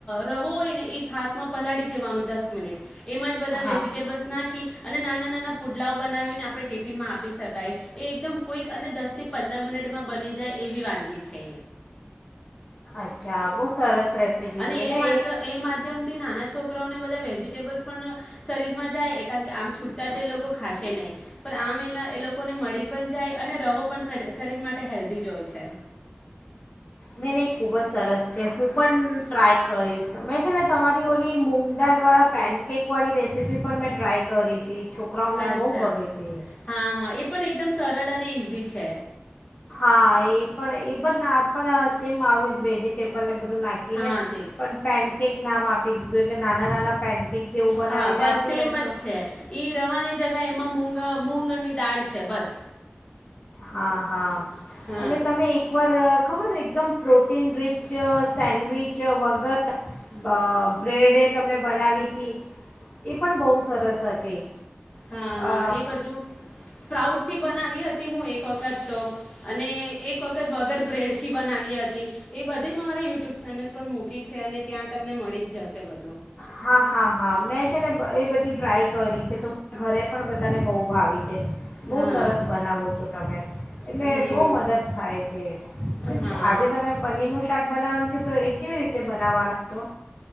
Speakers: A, on the left (about 20°); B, on the left (about 45°).
A: રવો હોય ને એ છાસ માં પલાળી દેવાનું દસ મિનિટ એમાં જ બધા
B: હા
A: વેજીટેબલ્સ નાખી અને નાના નાના પુડલાઓ બનાવીને આપણે ટિફિનમાં આપી શકાય એ એકદમ કોઈક અને દસ થી પંદર મિનિટમાં બની જાય એવી વાનગી છે.
B: અચ્છા આ બું સરસ રેસીપી
A: અને
B: છે ને
A: એ માત્ર એ માધ્યમથી નાના છોકર છોકરાઓને બધા વેજિટેબલ્સ પણ શરીરમાં જાય કારણ કે આમ છૂટતાં તો એ લોકો ખાશે નહીં, પણ આમ એના એ લોકોને મળી પણ જાય અને રવો પણ શરીર માટે હેલ્ધી જ હોય છે.
B: નહીં નહીં ખૂબ જ સરસ છે. હું પણ ટ્રાય કરીશ મેં છે ને તમારી ઓલી મૂગ દાળવાળા પેનકેકવાળી રેસીપી પણ મેં ટ્રાય કરી. તે છોકરાઓને
A: અચ્છા
B: બહુ ગમે તી.
A: હા હા એ પણ એકદમ સરળ અને ઇઝી છે.
B: હા એ પણ એ પણ આપણ સેમ આવ જ વેજીિટેબલ બધું નાખીને
A: હા જી
B: પણ પેન કેક નામ આપી દીધું એટલે નાના નાના પેનકેક જેવું બનાવીને
A: હા બસ
B: આપ્યું
A: સેમ
B: ને
A: જ
B: તો
A: છે ઈ રવાની જગ એમાં મુગા મૂગની દાળ છે બસ
B: હા હા
A: હા
B: અને તમે એક વાર ખબરને એકદમ પ્રો ટિન રિચ સેન્ડવિચ વગર બ બ્રેડે તમે બનાવી હતી એ પણ બહુ સરસ હતી.
A: હા હા
B: અ
A: એ બધું સ્પ્રાઉટ થી બનાવી હતી હું એક વખત તો અને એક વખત વગર બ્રેડથી બનાવી હતી એ બધી માહરા યુટ્યુબ ચેનલ પર મૂકી છે અને ત્યાં તમને મળી જ જશે બધું.
B: હા હા હા મેં છે ને એ બધી ટ્રાય કરી છે તો ઘરે પણ બધાને બહુ ભાવિ છે બહુ
A: હા
B: સરસ બનાવો છો તમે એટલે
A: હમ
B: બહુ મદદ થાય છે જેમ
A: હા
B: કે આજે તમે પનીરનું શાક બનાવાની છે તો એ કેવી રીતે બનાવવાના છો